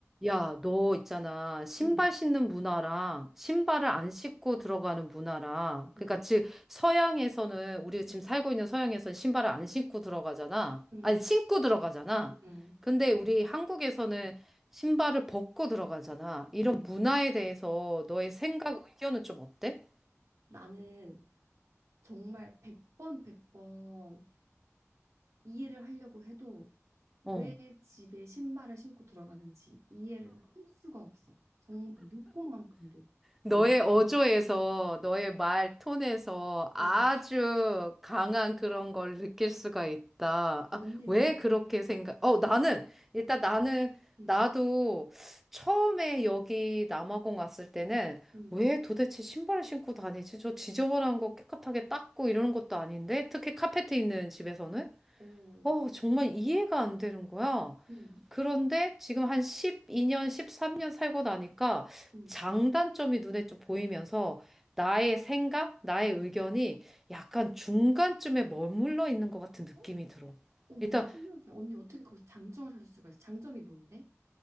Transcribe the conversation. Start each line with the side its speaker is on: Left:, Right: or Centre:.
Centre: 야, 너 있잖아. 신발
Right: 음,
Centre: 신는 문화랑 신발을 안 신고 들어가는 문화랑 그러니까
Right: 음,
Centre: 즉 서양에서는 우리 지금 살고
Right: 음,
Centre: 있는 서양에서는 신발을 안 신고 들어가잖아.
Right: 음,
Centre: 아니 신고
Right: 음,
Centre: 들어가잖아.
Right: 음. 음,
Centre: 근데 우리 한국에서는 신발을 벗고 들어가잖아. 이런
Right: 음,
Centre: 문화에
Right: 음.
Centre: 대해서 너의 생각, 의견은 좀 어때?
Right: 나는 정말 백번 백번 이해를 하려고 해도 왜
Centre: 어.
Right: 집에 신발을 신고 들어가는지 이해를 할 수가 없어. 정말 눈꽃만큼도.
Centre: 너의
Right: 왜 그러니?
Centre: 어조에서, 너의 말 톤에서 아주
Right: 어,
Centre: 강한 그런 걸 느낄 수가 있다. 아,
Right: 언니는?
Centre: 왜 그렇게 생각? 어, 나는, 일단 나는,
Right: 음,
Centre: 나도 처음에 여기 남아공 왔을 때는
Right: 음,
Centre: 왜 도대체 신발을 신고 다니지? 저 지저분한 거 깨끗하게 닦고 이러는 것도 아닌데? 특히 카페트 있는 집에서는?
Right: 어,
Centre: 어, 정말 이해가 안 되는 거야.
Right: 음,
Centre: 그런데 지금 한 12년, 13년 살고 나니까
Right: 음.
Centre: 장단점이 눈에 좀 보이면서 나의 생각, 나의 의견이 약간 중간쯤에 머물러 있는 것 같은 느낌이
Right: 어?
Centre: 들어.
Right: 어, 너무
Centre: 일단
Right: 충격이야. 언니 어떻게 거기서 장점을 찾을 수가 있어? 장점이 뭔데?